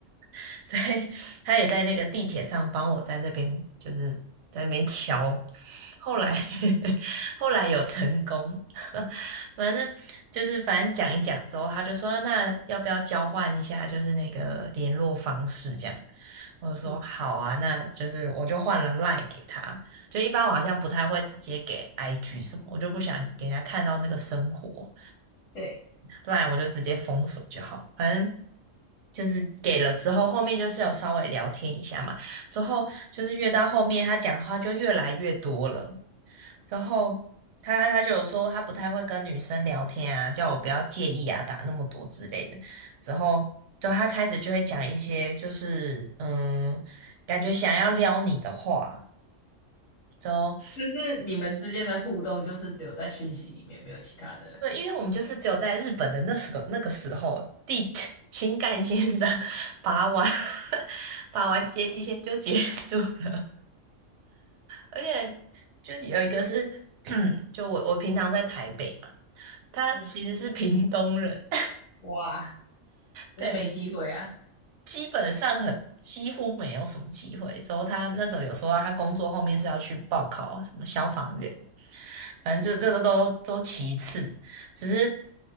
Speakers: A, on the right; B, on the left.
A: <laughs> 所以他也在那个地铁上帮我在那边就是在那边敲。后来 <laughs> 后来有成功，<laughs> 反正就是反正讲一讲之后，他就说那要不要交换一下，就是那个联络方式这样。我就说好啊，
B: 嗯，
A: 那就是我就换了 LINE 给他，就一般我好像不太会直接给 IG 什么，我就不想给人家看到那个生活。
B: 对，
A: l i 我就直接封锁就好了，反正。就是给了之后，后面就是有稍微聊天一下嘛。之后就是越到后面，他讲话就越来越多了。之后他他就有说他不太会跟女生聊天啊，叫我不要介意啊，打那么多之类的。之后就他开始就会讲一些就是嗯，感觉想要撩你的话。就后。
B: 但是你们之间的互动就是只有在讯息里面，没有其他的了。
A: 对，因为我们就是只有在日本的那时个那个时候，地 <laughs> 情感线上拔完 <laughs> 拔完接 <laughs> 地线就结束了，而且就是有一个是，<clears throat> 就我我平常在台北嘛，他其实是屏东人，
B: 嗯哇，那没机会啊！
A: <laughs> 对，基本上很几乎没有什么机会。之后他那时候有说到他工作后面是要去报考什么消防员，反正这这个都都其次，
B: 嗯，
A: 只是